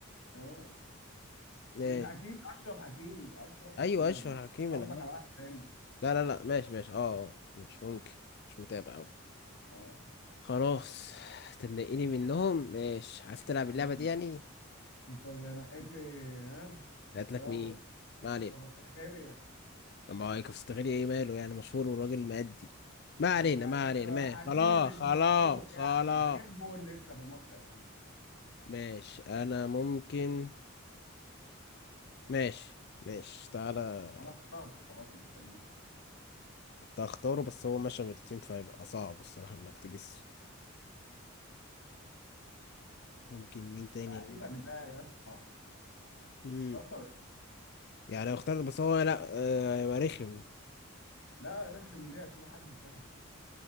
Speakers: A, on the left; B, on the left.
A: اه
B: آه،
A: مش حكيمي اشرف حكيمي اشرف حكيمي
B: ايوه اشهر
A: مش
B: حكيمي
A: قصدك
B: انا لا
A: على واحد تاني
B: لا لا ماشي ماشي اه آه، مش ممكن مش متابع أوي
A: اه
B: خلاص تبنقيني منهم ماشي عايز تلعب
A: مم.
B: اللعبة دي يعني
A: انت ده نقيت لي ها
B: لقيت
A: يلا
B: لك مين ما علينا
A: كفاستخيليا
B: طب ما هو كفتغيري ايه ماله يعني مشهور وراجل مأدي ما
A: طب
B: علينا
A: يعني
B: ما علينا ماشي
A: حكيمي
B: خلاص
A: مش
B: خلاص
A: مشهور
B: خلاص
A: يعني ده جايب جول لسه في الماتش الاخير
B: ماشي انا ممكن ماشي ماشي تعالى
A: انا اخترت خلاص مستنيك
B: كنت هختاره بس هو مشى من التيم فهيبقى صعب الصراحة انك تجس ممكن مين تاني
A: لعيبك ده يا اسطى
B: مم.
A: اخترت ولا لسه؟
B: يعني اختار بس هو لا آه، هيبقى رخم
A: لا رخم ليه هتلاقي حد سهل كده